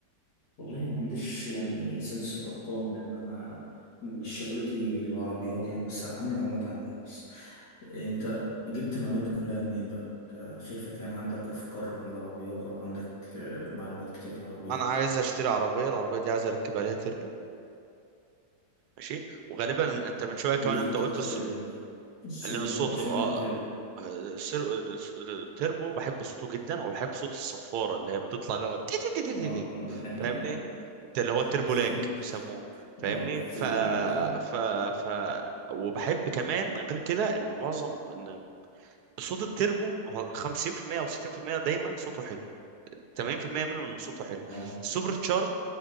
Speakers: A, on the left; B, on the right.
A: والله ما عنديش يعني سنس الارقام لان انا مش شغلتي العربيات يعني بس عندي معلومات عنها بس انت جبت المعلومات دي كلها منين بقى انت شايفك يعني عندك افكار عن العربيات او عندك آه، معلومات كتير عن العربيات
B: انا عايز اشتري عربيه العربيه دي عايز اركب عليها تيربو ماشي وغالبا انت من شويه كمان
A: ليه
B: انت
A: اخترت
B: قلت
A: تربو السوبر
B: لأن صوته
A: اشمعنى
B: اه
A: التربو
B: السر... التربو بحب صوته جدا وبحب صوت الصفارة اللي هي بتطلع اللي هو تي تي تي تي تي
A: اه
B: تي.
A: ده حقيقي
B: فاهمني
A: آه.
B: الت- اللي هو التربو
A: <laughs>
B: لاج بيسموه فاهمني
A: اه
B: ف...
A: طير البراق فعلا
B: ف... ف وبحب كمان غير كده ان معظم ان صوت التربو ما هو 50% او 60% دايما صوته حلو 80% منه انه صوته حلو
A: اه
B: السوبر تشارج